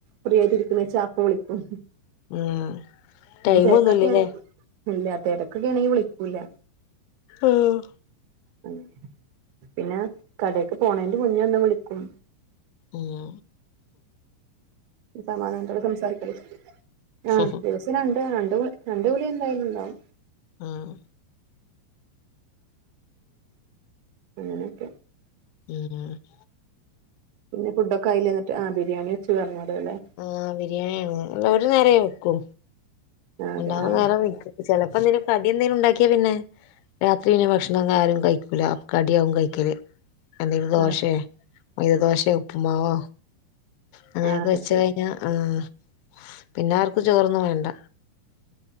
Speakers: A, on the right; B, on the left.
A: ഫ്രീ ആയിട്ട് ഇരിക്കുന്ന വെച്ചാ അപ്പ വിളിക്കും.
B: ആഹ് ടൈമൊന്നുല്ലല്ലേ
A: തിരക്കൊക്കെയണെ ഇല്ല തിരക്കൊക്കെ ആണെങ്കിൽ വിളിക്കൂല്ല.
B: ഉം
A: <unintelligible> പിന്നെ കടേക്ക് പോണേന്റെ മുന്നേ ഒന്ന് വിളിക്കും.
B: ഇല്ല
A: സമാധാനത്തോടെ സംസാരിക്കൽ ആ
B: ഉം
A: ദിവസം രണ്ട് രണ്ടു രണ്ടു വിളി എന്തായാലും ഉണ്ടാവും.
B: ആഹ്
A: അങ്ങനൊക്കെ
B: <unintelligible>
A: പിന്നെ ഫുഡോക്കെ ആയിലേ എന്നിട്ട് ആ ബിരിയാണി വെച്ച് പറഞ്ഞലൊല്ലെ
B: ആഹ് ബിരിയാണിയാണ് ഇന്ന് അല്ല ഒരു നേരേ വെക്കൂ.
A: ആ അതെ
B: ഉണ്ടാവും
A: ആ
B: നേരം വെക്കും ചിലപ്പോ എന്തേലും കടി എന്തെലും ഉണ്ടാക്കിയാ പിന്നെ രാത്രി പിന്നെ ഭക്ഷണം അങ്ങ ആരും കഴിക്കൂല അപ്പ ക്കടിയാവും കഴിക്കല്. എന്തെങ്കിലും ദോശേ
A: ആ
B: മൈദദോശേ ഉപ്പുമാവോ അങ്ങനെയൊക്കെ
A: ആ
B: വെച്ച്
A: ശരി
B: കഴിഞ്ഞ ആഹ് പിന്നാർക്ക് ചോറൊന്നും വേണ്ട.